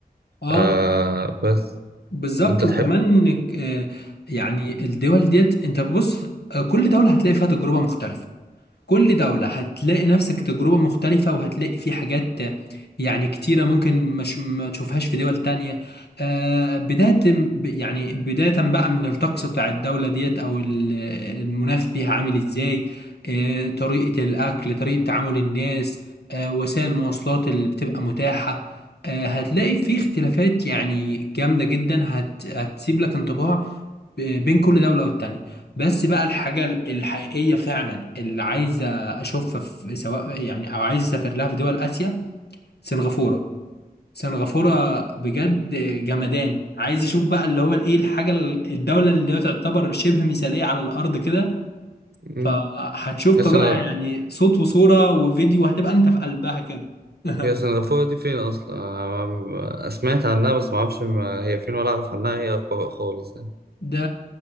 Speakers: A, on the left (about 90°); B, on the right (about 75°).
A: اه
B: آه بس
A: بالظبط
B: انت تحب
A: وكمان آه، يعني الدول ديت انت بص آه، كل دولة هتلاقي فيها تجربة مختلفة كل دولة هتلاقي نفسك تجربة مختلفة وهتلاقي في حاجات يعني كتيرة ممكن مش ما تشوفهاش في دول تانية آه بداية ب- يعني بداية بقى من الطقس بتاع الدولة ديت أو ال- المناخ فيها عامل إزاي آه طريقة الأكل طريقة تعامل الناس آه وسائل المواصلات اللي بتبقى متاحة آه هتلاقي في اختلافات يعني جامدة جدا هت هتسيب لك انطباع ب- بين كل دولة والتانية بس بقى الحاجة الحقيقية فعلا اللي عايزة أشوفها في سواء يعني أو عايز أسافر لها في دول آسيا سنغافورة سنغافورة بجد جمدان عايز أشوف بقى اللي هو الإيه الحاجة ال- الدولة اللي هي تعتبر شبه مثالية على الأرض كده
B: مم.
A: فهتشوفها
B: يا سنغ...
A: بقى يعني صوت وصورة وفيديو هتبقى أنت في قلبها كده <laughs>
B: هي سنغافوره دي فين اصلا آه سمعت عنها بس ما اعرفش ما هي فين ولا اعرف عنها هي ق- خالص يعني
A: ده